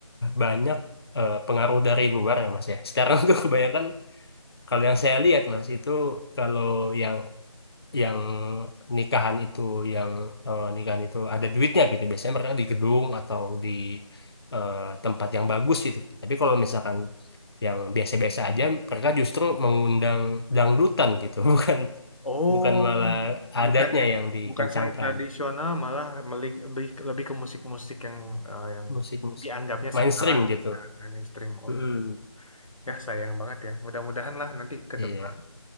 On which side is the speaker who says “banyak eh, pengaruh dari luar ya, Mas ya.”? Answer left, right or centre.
Left